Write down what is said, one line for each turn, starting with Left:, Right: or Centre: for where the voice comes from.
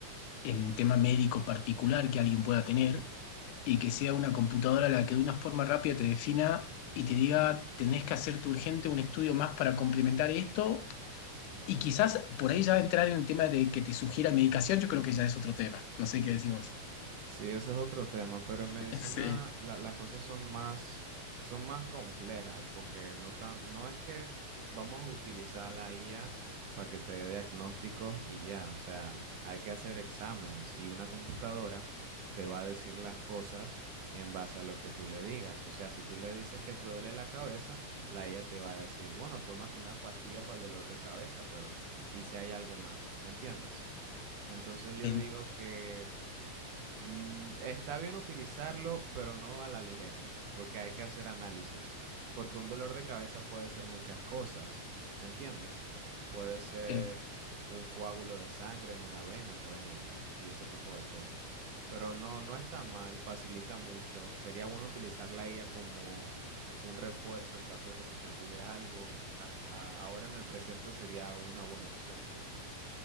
Left: en un tema médico particular que alguien pueda tener y que sea una computadora la que de una forma rápida te defina y te diga, tenés que hacerte urgente un estudio más para complementar esto. Y quizás por ahí ya entrar en el tema de que te sugiera medicación, yo creo que ya es otro tema. No sé qué decís vos.
Right: Sí, eso es otro tema, pero en medicina
Left: <laughs> Sí.
Right: la- las cosas son más, son más complejas porque no tan, no es que vamos a utilizar la IA para que te dé diagnósticos y ya, o sea, hay que hacer exámenes y una computadora te va a decir las cosas en base a lo que tú le digas. O sea, si tú le dices que te duele la cabeza, la IA te va a decir, bueno, tómate una pastilla para el dolor de cabeza, pero ¿y si hay algo más? ¿Me entiendes? Entonces yo
Left: En-
Right: digo que Mm, Está bien utilizarlo, pero no a la ligera, porque hay que hacer análisis, porque un dolor de cabeza puede ser muchas cosas, ¿me entiendes? Puede ser
Left: en-
Right: un coágulo de sangre en una vena, por ejemplo, y ese tipo de cosas. Pero no, no está mal, facilita mucho. Sería bueno utilizar la IA como un refuerzo en caso de que se te olvide algo. A- a- ahora en el presente sería una buena opción.